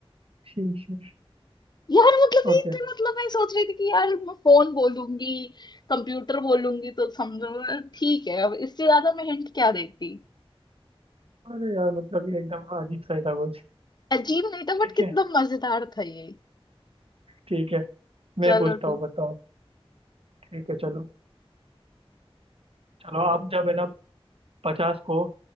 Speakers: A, on the right; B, on the left.
A: She she
B: यार मतलब ये
A: ओके
B: तो मतलब मैं सोच रही थी कि यार मैं फोन बोलूंगी कंप्यूटर बोलूंगी तो समझो ठीक है अब इससे ज्यादा मैं हिंट क्या देती
A: अरे यार मतलब ये एकदम अजीब सा ही था कुछ
B: अजीब नहीं था बट
A: ठीक
B: कितना
A: है
B: मजेदार था ये
A: ठीक है मैं
B: चलो
A: पूछता
B: ठीक
A: हूँ बताओ ठीक है चलो चलो आप जब है ना पचास को